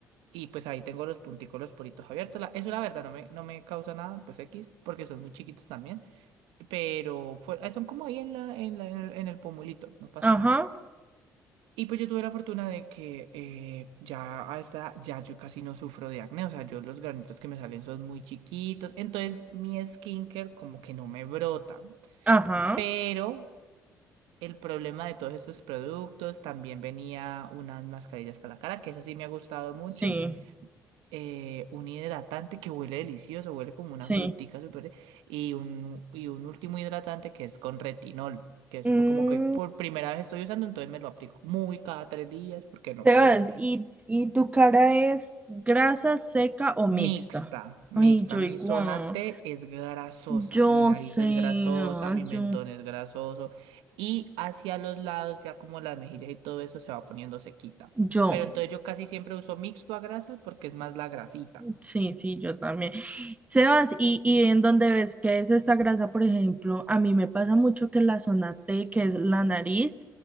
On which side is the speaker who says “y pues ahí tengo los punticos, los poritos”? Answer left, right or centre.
Right